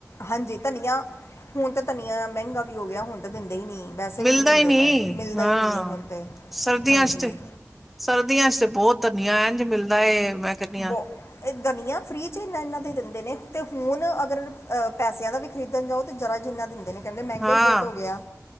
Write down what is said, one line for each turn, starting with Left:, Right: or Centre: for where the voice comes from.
Left: ਹਾਂਜੀ, ਧਨੀਆ ਹੁਣ ਤਾਂ ਧਨੀਆ ਮਹਿੰਗਾ ਵੀ ਹੋ ਗਿਆ, ਹੁਣ ਤਾਂ ਦਿੰਦੇ ਹੀ ਨਹੀਂ ਵੈਸੇ ਵੀ
Centre: ਮਿਲਦਾ
Left: ਨਈ, ਦਿੰਦੇ
Centre: ਹੀ ਨਹੀਂ
Left: ਪਏ ਮਿਲਦਾ ਹੀ ਨਈ,
Centre: ਹਾਂ
Left: ਹੈ ਹੁਣ ਤੇ
Centre: ਸਰਦੀਆਂ
Left: ਹਾਂਜੀ
Centre: ਚ ਤੇ, ਸਰਦੀਆਂ ਚ ਤੇ ਬਹੁਤ ਧਨੀਆ, ਇੰਝ ਮਿਲਦਾ ਏ ਮੈਂ ਕਹਿੰਦੀ
Left: ਬਹੁ
Centre: ਹਾਂ
Left: ਇਹ ਧਨੀਆਂ ਫ੍ਰੀ 'ਚ, ਇਨਾ ਇਹਨਾਂ ਦੇ ਦਿੰਦੇ ਨੇ, ਤੇ ਹੁਣ ਅਗਰ ਪੈਸਿਆਂ ਦਾ ਖਰੀਦਣ ਜਾਓ, ਅਤੇ ਜ਼ਰਾ ਜਿੰਨਾ ਦਿੰਦੇ ਨੇ, ਕਹਿੰਦੇ, ਮਹਿੰਗਾ
Centre: ਹਾਂ
Left: ਹੀ ਬਹੁਤ ਹੋ ਗਿਆ